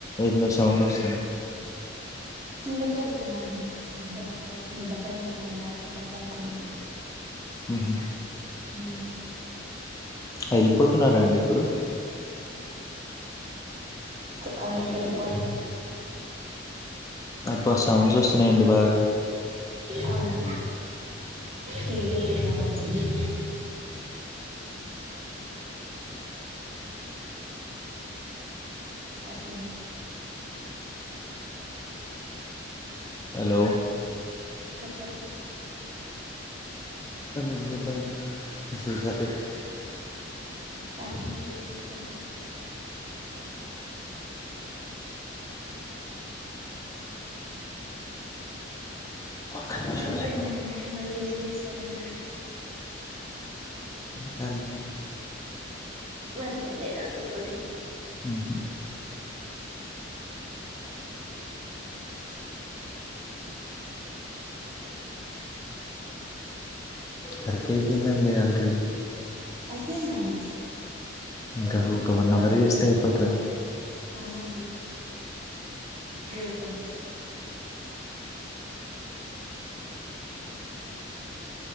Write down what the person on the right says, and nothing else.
కిందక వెళ్తున్నా అండి సౌండ్ అవట్లేదు. మిద్ద పైన ఉన్నాయి నా కిందకి వెళ్తున్నాండి.
ఉమ్
అవునండి వెళ్లిపో
అవునా టీవీ పెట్టాం అండి అందుకే వాటిని
చెప్పటి
<unintelligible> విశేషాలు
అయిపోయిందా
అండి ఈరోజు ఏం చేసారండి
వర్క్ ఎమ్ లేదా ఈరోజు
అయిపొయింద అండి
అవునా అండి గ్రేట్ అండి